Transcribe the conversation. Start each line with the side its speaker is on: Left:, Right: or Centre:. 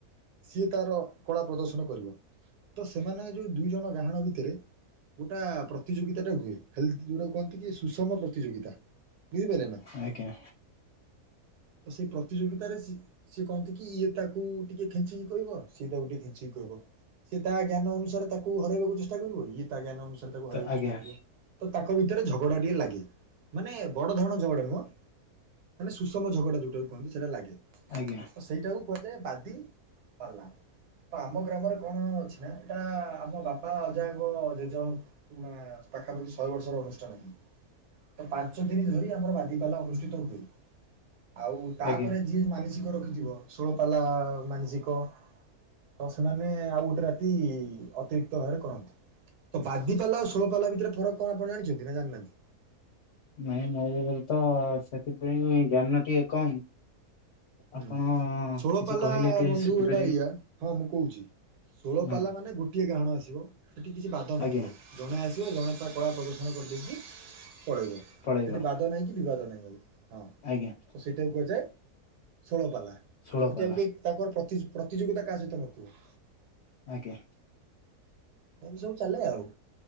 Right: ସିଏ ତାର କଳା ପ୍ରଦର୍ଶନ କରିବ ତ ସେମାନେଙ୍କ ଯୋଉଦୁଇ ଜଣ ଗାହାଣ ଭିତରେ ଗୋଟେ ପ୍ରତିଯୋଗିତାଟା ହୁଏ। ହେଲ୍ଥ ଯୋଗଟାକୁ କୁହନ୍ତି କି ସୁଷମ ପ୍ରତିଯୋଗିତା ବୁଝିପାରିଲେ ନା
Left: ଆଜ୍ଞା।
Right: ତ ସେଇ ପ୍ରତିଯୋଗିତାରେ ସେିଏ କହନ୍ତି କି ଇଏ ତାକୁ ଟିକେ ଖେଞ୍ଚିକ କହିବ ସିଏ ତାକୁ ଟିକେ ଖେଞ୍ଚ୍ଚିକି କହିବ ବ ସେ ତା ଜ୍ଞାନ ଅନୁସାରେ ତାକୁ ହରାଇକୁ ଚେଷ୍ଟା କରିବ ଇଏ ତା ଜ୍ଞାନ ଅନୁସାରେ ତାକୁ
Left: ତ
Right: ହରାଇକୁ
Left: ଆଜ୍ଞା
Right: ଚେଷ୍ଟା କରିବ। ତ ତାଙ୍କ ଭିତରେ ଝଗଡା ଟିକେ ଲାଗେ ମାନେ ବଡ ଧରଣ ଝଗଡା ନୁହଁ ମାନେ ସୁଷମ ଝଗଡା ଯୋଉଟାକୁ କୁହନ୍ତି ସେଇଟା ଲାଗେ
Left: ଆଜ୍ଞା।
Right: ତ ସେଇଟାକୁ କୁହାଯାଏ ବାଦି ପାଲା ତ ଆମ ଗ୍ରାମରେ କଣ ଅଛି ନା ଏଟା ଆମ ବାପା ଅଜାଙ୍କ ଯେଜ ପୁଣା ପାଖାପାଖି ଶହେ ବର୍ଷର ଅନୁଷ୍ଠାନ ହିଁ। ତ ପାଞ୍ଚ ଦିନ ଧରି ଆମର ବାଦି ପାଲା ଅନୁଷ୍ଠିତ ହୁଏ। ଆଉ ତାପରେ
Left: ଆଜ୍ଞା
Right: ଯିଏ ମାନସିକ ରଖିଥିବ ଶୋଳପାଲା ମାନସିକ ତ ସେମାନେ ଆଉ ଗୋଟେ ରାତି ଅତିରିକ୍ତ ଭାବରେ କରନ୍ତି। ତ ବାଦିାଲା ଆଉ ଷୋଳପାଲା ଭିତରେ ଫକ କଣ ଆପଣ ଆଣିଛନ୍ତି ନା ଜାଣିନାହାନ୍ତି?
Left: ନାଇଁ ମୋରତ ସେଥିପାଇଁ ଜ୍ଞାନ ଟିକେ କମ୍। ଆପଣ
Right: ହୁଁ ଷୋଳପାଲା
Left: କିଛି କହିଲେ କିଛି
Right: ବନ୍ଧୁ
Left: ଶିଖିପାରିବି
Right: ହେଲା ଏଇଆା ହଁ ମୁଁ କହୁଚି। ଷୋଳପାଲା
Left: ହଁ
Right: ମାନେ ଗୋଟିଏ ଗାହାଣ ଆସିବ ସେଠି କିଛି ବାଦ ନଥିବ।
Left: ଆଜ୍ଞା
Right: ଜଣେ ଆସିବ ଜଣେ ତା କଳା ପ୍ରଦର୍ଶନ କରିଦେଇକି ପଳେଇବ।
Left: ପଳେଇବ
Right: ସେଠି ବାଦ ନାହିଁ କି ବିବାଦ ନାହିଁ ହଁ
Left: ଆଜ୍ଞା
Right: ତ ସେଇଟା କୁହାଯାଏ ଷୋଳପାଲା
Left: ଷୋଳ
Right: ସେଠି
Left: ପାଲା
Right: ଆଉ କେହି ତାଙ୍କର ପ୍ରତି ପ୍ରତିଯୋଗିତା କାହା ସହିତ ନଥିବ।
Left: ଆଜ୍ଞା।
Right: ଏମି ସବୁ ଚାଲେ ଆଉ